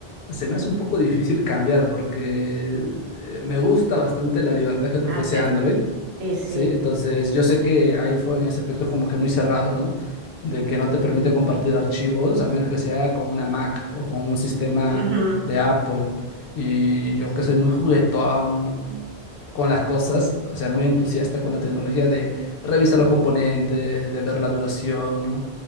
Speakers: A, on the left; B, on the right.
A: Se me hace un poco difícil cambiar porque eh, me gusta bastante la libertad que te
B: Ah,
A: ofrece
B: pero.
A: Android,
B: Sí, sí.
A: ¿sí? Entonces, yo sé que iPhone en ese aspecto es como que muy cerrado, ¿no? De que no te permite compartir archivos a menos que sea con una Mac o con un sistema
B: Ujú.
A: de Apple. Y yo que soy muy juguetón, ¿no? con las cosas, o sea, muy entusiasta con la tecnología de revisar los componentes, de ver la duración, ¿no?